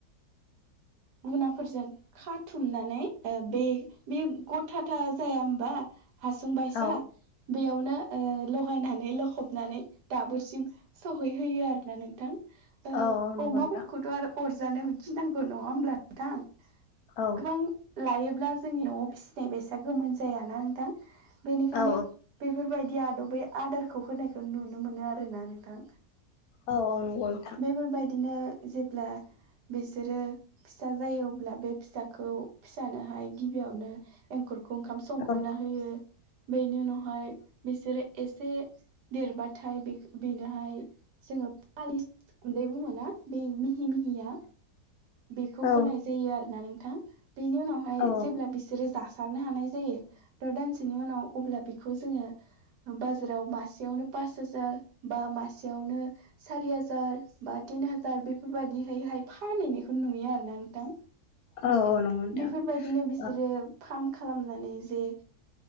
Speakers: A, on the right; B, on the left.
A: गुनाफोरजों खाथुमनानै बे बे गथाथा जाया होमबा हासुं बायसा
B: औ
A: बेयावनो ओ लगायनानै लख'बनानै दाबोरसिम सहैहोयो आरोना नोंथां ओ
B: औ औ नंगौ
A: अमाफोरखौथ'
B: नोंथां
A: आरो अरजानोबो गिनांगौ नङा होमब्ला नोंथां
B: औ
A: गोबां लायोब्ला जोंनि न'वाव फिसिनाय बायसा गोमोन जायाना नोंथां बेनिखायनो
B: औ
A: बेफोरबायदि आदबै आदारखौ होनायखौ नुनो मोनो आरोना नोंथां
B: औ औ नंगौ नोंथां
A: बेफोरबायदिनो जेब्ला बिसोरो फिसा जायो अब्ला बे फिसाखौ फिसानोहाय गिबियावनो एंखुर खौ ओंखाम संग्रोना
B: औ
A: होयो बेनि उनावहाय बिसोरो एसे देरबाथाय बे बेनोहाय जोङो फालिस गुन्दै बुङोना बे मिहि मिहिया बेखौ
B: औ
A: होनाय जायो आरोना नोंथां बेनि उनावहाय
B: औ
A: जेब्ला बिसोरो जासारनो हानाय जायो थ' दानसेनि उनाव अब्ला बेखौ जोङो बाजाराव मासेयावनो पास हाजार बा मासेयावनो सारि हाजार बा तिन हाजार बेफोरबायदिहैहाय फानहैनायखौ नुयो आरोना नोंथां
B: औ औ नंगौ नोंथां
A: बेफोरबायदिनो बिसोरो
B: औ
A: फार्म खालामनानै जे